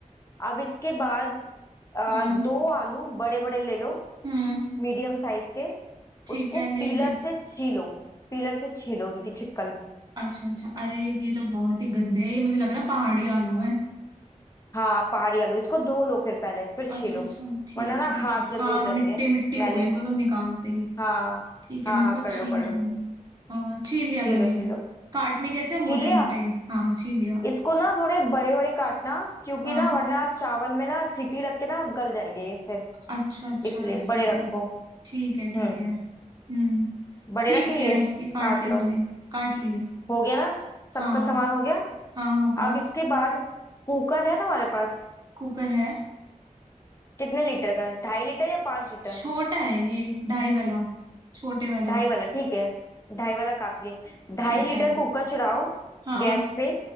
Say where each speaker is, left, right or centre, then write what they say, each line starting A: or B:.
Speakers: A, on the left; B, on the right.
A: अब इसके बाद अ,
B: हम्म
A: दो आलू बड़े बड़े ले लो
B: हम्म
A: मीडियम साइज के
B: ठीक
A: उसको
B: है ले
A: पीलर
B: लिया
A: से छीलो पीलर से छीलो उनकी छिकल
B: अच्छा अच्छा अरे ये तो बहुत ही गंदे है ये मुझे लग रहा है पहाड़ी आलू है
A: हाँ पहाड़ी आलू इसको धो लो फिर पहले फिर
B: अच्छा
A: छीलो
B: अच्छा ठीक
A: वरना ना
B: है ठीक
A: हाथ
B: है
A: गंदे
B: हाँ
A: हो जाएंगे
B: मिट्टी मिट्टी हो
A: मैले
B: गई इनको तो निकालते ही
A: हाँ
B: ठीक
A: हाँ
B: है मैं इसको
A: हाँ कर
B: छील
A: लो कर लो
B: रही हूँ अ, छील लिया
A: छीलो
B: मैंने
A: छीलो
B: काटने कैसे मोटे
A: छील लिया
B: मोटे हाँ छील लिया
A: इसको ना थोड़े बड़े बड़े काटना क्योंकि
B: हाँ
A: ना वरना चावल में ना सीटी रख के ना गल जाएंगे ये फिर
B: अच्छा अच्छा
A: इसलिए
B: ऐसा
A: बड़े
B: भी
A: रखो
B: है ठीक
A: हम्म
B: है ठीक है हम्म
A: बड़े
B: ठीक
A: रखे
B: है
A: ये
B: ये काट
A: काट
B: लिए
A: लो
B: मैंने काट लिए
A: हो गया ना सबका
B: हाँ
A: सामान हो गया
B: हाँ हो गया
A: अब इसके बाद कुकर है तुम्हारे पास
B: कुकर है
A: कितने लीटर का है ढाई लीटर या पांच लीटर
B: छोटा है ये ढाई वाला छोटे वाला
A: ढाई वाला ठीक है ढाई वाला काफी है ढाई
B: ठीक
A: लीटर
B: है
A: कुकर चढ़ाओ
B: हाँ
A: गैस पे